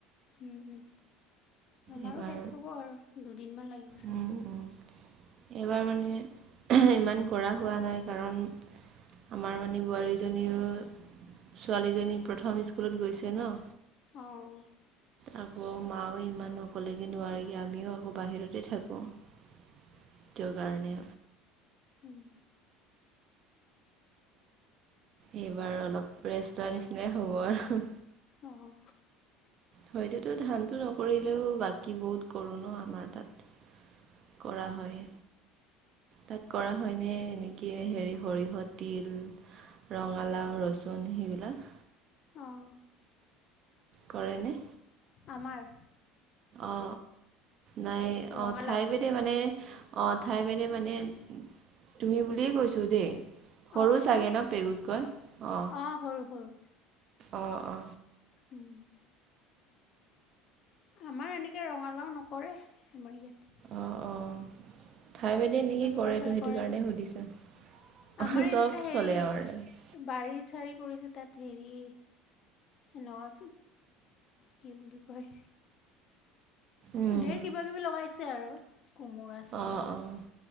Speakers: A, on the left; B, on the right.
A: উম উম আমাৰো
B: এইবাৰ
A: শেষ হ'ব আৰু দুদিন মান লাগিব চাগে।
B: উম উম এইবাৰ মানে ইমান কৰা হোৱা নাই কাৰণ আমাৰ মানে বোৱাৰীজনীৰো ছোৱালীজনী প্ৰথম স্কুলত গৈছে ন
A: অঁ
B: আকৌ মাও ইমান অকলেগে নোৱাৰেগে আমিও আকৌ বাহিৰতে থাকোঁ। সেইটো কাৰণে
A: উম
B: এইবাৰ অলপ ৰেষ্ট লোৱাৰ নিচিনাই হ'ব আৰু
A: অঁ
B: হয়তোত ধানটো নকৰিলেও বাকী বহুত কৰো ন আমাৰ তাত কৰা হয় তাত কৰা হয় নে এনেকে কি হেৰি সৰিয়হ তিল ৰঙালাও ৰচুন সেইবিলাক
A: অঁ
B: কৰে নে
A: আমাৰ
B: অ অ নাই
A: ৰঙালাও
B: অ ঠাইভেদে ভেদে মানে অ ঠাই ভেদে মানে তুমি বুলিয়ে কৈছো দেই। সৰু
A: অঁ একো
B: চাগে
A: নাই
B: ন পেগুতকৈ
A: অঁ
B: অ
A: সৰু সৰু
B: অ অ
A: উম আমাৰ এনেকে ৰঙালাও নকৰে আমাৰ ইয়াত
B: অঁ অঁ ঠাই ভেদে
A: আপোনালোকৰ
B: এনেকে কৰেতো
A: ফালে
B: সেইটো
A: কৰেনে
B: কাৰণে সুধিছো
A: আমাৰ
B: অ চব
A: এনেকৈ হেৰি
B: চলে আমাৰ তাত
A: বাৰী চাৰী কৰিছে তাত হেৰি হেণেকুৱা কি বুলি কয়
B: উম
A: ঢেৰ কিবা কিবি লগাইছে আৰু কোমোৰা চোমোৰা
B: অঁ অঁ